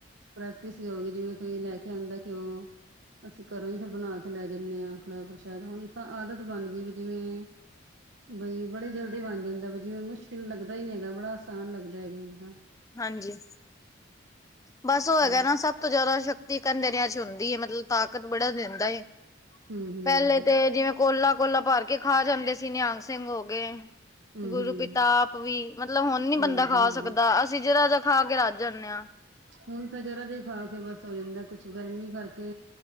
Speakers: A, on the right; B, on the left.
A: ਪ੍ਰੈਕਟਿਸ ਹੀ ਹੋਗੀ ਜਿਵੇਂ ਕੋਈ ਲੈ ਕੇ ਆਉਂਦਾ ਕਿ ਘਿਓ ਅਸੀਂ ਘਰੋਂ ਹੀ ਫਿਰ ਬਣਾ ਕੇ ਲੈ ਜਾਂਦੇ ਹਾਂ ਕਡਾਹ ਪ੍ਰਸ਼ਾਇਦ ਹੁਣ ਤਾਂ ਆਦਤ ਬਣ ਜਈ ਵੀ ਜਿਵੇਂ ਬਈ ਬੜੀ ਜਲਦੀ ਬਣ ਜਾਂਦਾ ਬ ਜਿਵੇਂ ਮੁਸ਼ਕਿਲ ਲੱਗਦਾ ਹੀ ਨੀ ਹੈਗਾ, ਬੜਾ ਆਸਾਨ ਲੱਗਦਾ ਹੈਗਾ ਹੁਣ ਤਾਂ।
B: ਹਾਂਜੀ। ਬਸ ਉਹ ਹੈਗਾ
A: ਹੂੰ
B: ਨਾ ਸਭ ਤੋਂ ਜ਼ਿਆਦਾ ਸ਼ਕਤੀ ਕੈਧਨੇ ਐਚ ਹੁੰਦੀ ਹੈ ਮਤਲਬ ਤਾਕਤ ਬੜਾ ਦਿੰਦਾ ਏ।
A: ਹੂੰ ਹੂੰ
B: ਪਹਿਲੇ ਤੇ ਜਿਵੇਂ ਕੋਲਾ-ਕੋਲਾ ਭਰ ਕੇ ਖਾ ਜਾਂਦੇ ਸੀ ਨਿਹੰਗ ਸਿੰਘ ਹੋ ਗਏ
A: ਹੂੰ
B: ਗੁਰੂ
A: ਹੂੰ
B: ਪਿਤਾਪ ਵੀ, ਮਤਲਬ ਹੁਣ ਨੀ ਬੰਦਾ
A: ਹਾਂਜੀ
B: ਖਾ
A: ਹਾਂਜੀ
B: ਸਕਦਾ ਅਸੀਂ ਜ਼ਰਾ ਜਾ ਖਾ ਕੇ ਰੱਜ ਜਾਂਦੇ ਆਂ।
A: ਹੁਣ ਤਾਂ ਜ਼ਰਾ ਨਹੀਂ ਖਾ ਕੇ ਬਸ ਹੋ ਜਾਂਦਾ ਏ, ਕੁਛ ਗਰਮੀ ਕਰਕੇ